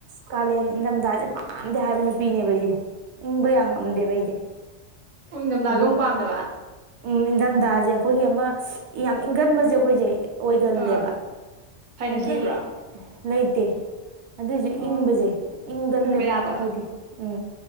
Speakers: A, on the right; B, on the right.
A: ꯀꯥꯂꯦꯟ ꯏꯪꯊꯝꯊꯁꯦ ꯄꯥꯝꯗꯦ ꯍꯥꯏꯕ ꯅꯨꯄꯤꯅꯦꯕ ꯑꯩꯁꯦ ꯏꯪꯕ ꯌꯥꯝ ꯉꯝꯗꯦꯕ ꯑꯩꯗꯤ
B: ꯏꯟꯗꯝꯗꯖꯦ
A: ꯑꯗꯣ
B: ꯑꯃꯨꯛ ꯄꯥꯝꯗꯕ
A: ꯎꯝ ꯏꯟꯊꯝꯊꯖꯦ ꯑꯩꯈꯣꯏꯒꯤ ꯑꯃ ꯌꯥꯝ ꯏꯪꯒꯟꯕꯁꯦ ꯑꯩꯈꯣꯏꯁꯦ ꯑꯣꯏꯒꯜꯂꯦꯕ
B: ꯑꯥ ꯁꯥꯏꯅꯁ
A: ꯍꯥꯏꯗꯤ
B: ꯂꯩꯕ꯭ꯔꯥ
A: ꯂꯩꯇꯦ ꯑꯗꯨꯏꯁꯨ
B: ꯎꯝ
A: ꯏꯪꯕꯁꯦ ꯏꯪꯒꯜꯂꯦꯕ
B: ꯏꯪꯕ ꯌꯥꯗꯕ
A: ꯑꯩꯈꯣꯏꯗꯤ ꯎꯝ